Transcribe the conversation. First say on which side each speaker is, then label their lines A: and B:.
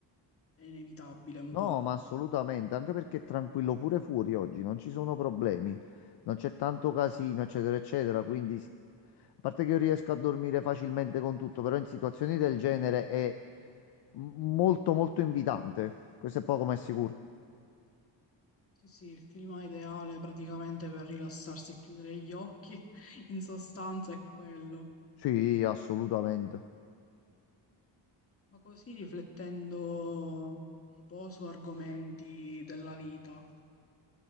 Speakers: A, on the left (about 30°); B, on the left (about 60°).
A: è inevitabile un
B: No,
A: po'.
B: ma assolutamente, anche perché è tranquillo pure fuori oggi, non ci sono problemi, non c'è tanto casino, eccetera, eccetera, quindi s- a parte che io riesco a dormire facilmente con tutto, però in situazioni del genere è m- molto molto invitante, questo è poco ma è sicuro.
A: Sì, sì, il clima ideale praticamente per rilassarsi e chiudere gli occhi, <laughs> in sostanza è quello.
B: Sì, assolutamente.
A: Ma così riflettendo un po' su argomenti della vita.